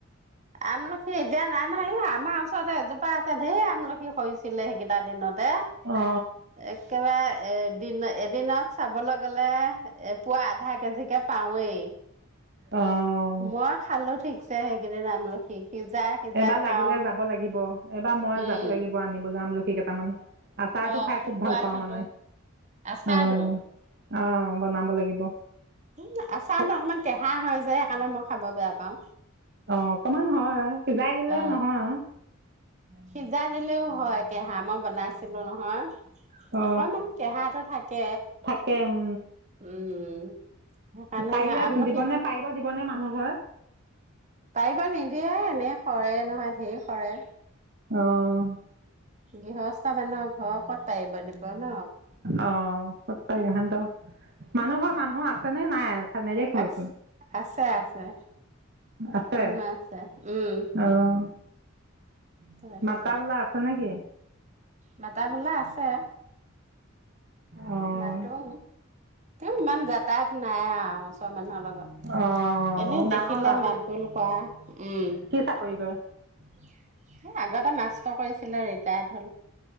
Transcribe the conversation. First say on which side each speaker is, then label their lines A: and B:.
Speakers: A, on the right; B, on the right.
A: আমলখি এতিয়া নাই নহয়। আমাৰ ওচৰতে এজোপা আছে, ঢেৰ আমলখি সৰিছিলে সেইকেইটা দিনত। এই,
B: অ
A: একেবাৰে এদিন, এদিনত চাবলৈ গ'লে, এপোৱা আধা কেজিকে পাওৱেই।
B: অ
A: মই খালো ঠিকছে। ‌ চে সেইকেইদিন আমলখি। সিজাই সিজাই
B: এবাৰ
A: খাওঁ।
B: লাগিলে যাব লাগিব। এইবাৰ মই
A: উম
B: যাব লাগিব, আনিবলৈ আমলখি। খি‌ কেটামান। আচাৰটো
A: অ'
B: খাই
A: শুকুৱাই
B: খুব ভাল পাওঁ
A: থলো
B: মানে।
A: আচাৰটো।
B: অ'হ! অ' বনাব লাগিব।
A: উম আছাৰতো
B: অঁ
A: অকমান কেঁহা হয় যে। খালে, মই খাব বেয়া পাওঁ।
B: অকণমান হয়। সিজাই দিলে
A: অ
B: নহয়
A: সিজাই দিলেও হয়, কেঁহা, মই বনাইছিলোঁ নহয়।
B: অ
A: অকমান কেহাটো থাকে
B: থাকে, উম
A: উম সেইকাৰণে
B: পাৰিলে
A: আমলখিটো
B: দিবনে? পাৰিব দিবনে মান নহয়।
A: তাই পৰা নিদিয়ে, এনেই সৰে নহয়, ধেৰ সৰে।
B: অঁ
A: গৃহস্থ মানুহৰ ঘ, ৰ ক'ত পাৰিব দিব। ন
B: অ ক'ত পাৰে ইহঁতৰ! মানুহ ঘৰ মানুহ আছে নে নাই? নেদেখোৱেচোন
A: আ আছে আছে
B: আছে
A: মানুহ আছে উম
B: অঁ
A: তাৰপিছত
B: মাতা বোলা আছে নেকি।
A: মাতা বোলা আছে
B: অঁ
A: মাটুং ইমান যাতায়াত নাই আৰু ওচৰৰ মানুহৰ লগত
B: অঁ
A: এনে দেখিলে
B: ডাঙৰ ল'ৰা ছোৱালী
A: মাত বোল কৰা উম
B: কি চাকৰি কৰে
A: আগতে মাষ্টটো কৰিছিলে ৰিটায়াৰ্ড হ'ল